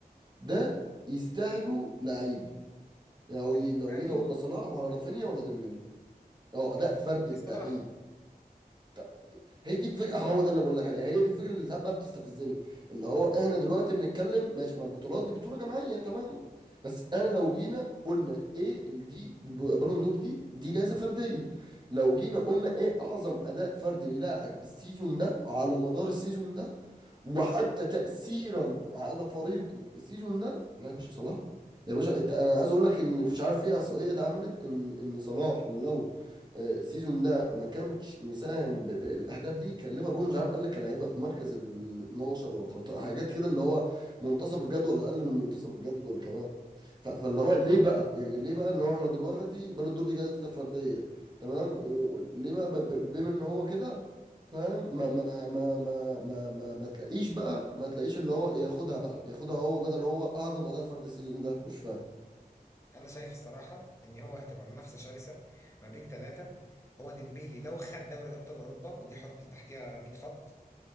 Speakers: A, on the right (about 30°); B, on the left (about 20°).
A: ده يستاهلوا لعيب يعني لو
B: بالنسبة
A: جي- لو جينا
B: لي
A: قلنا صلاح ولا رافينيا ولا ديمبلي اه
B: بالنسبة
A: اداء فردي
B: لي صلاح
A: اللعيب طب هي دي الفكره هو ده اللي بقول لك عليها هي دي الفكره اللي ساعات بقى بتستفزني اللي هو احنا دلوقتي بنتكلم ماشي ما البطولات دي بطوله جماعيه تمام بس انا لو جينا قلنا ايه ال- دي ب- بالون دور دي دي جائزه فرديه لو جينا قلنا ايه اعظم اداء فردي للاعب السيزون ده على مدار السيزون ده وحتى تاثيرا على فريقه السيزون ده لا يا باشا صلاح يا باشا انت- انا عايز اقول لك ان مش عارف في احصائيه اتعملت ان ان صلاح لو آه، السيزون ده ما كانش مساهم ب- بالاهداف دي كان ليفربول مش عارف قال لك كان هيبقى في مركز ال 12 ولا 13 حاجات كده اللي هو منتصف الجدول واقل من منتصف الجدول كمان ف- فاللي هو ليه بقى يعني ليه بقى ان هو احنا دلوقتي بالون دور دي جائزه فرديه تمام وليه بقى ب- ب- بما ان هو كده فاهم ما ما ما ما ما ما, ما تلاقيش بقى ما تلاقيش اللي هو ياخدها بقى ياخدها هو بدل هو اعظم اداء فرد السيزون ده مش فاهم
B: أنا شايف الصراحة إن هو هتبقى منافسة شرسة ما بين ثلاثة هو ديمبيلي لو خد دوري أبطال أوروبا ودي حط تحتها 100 خط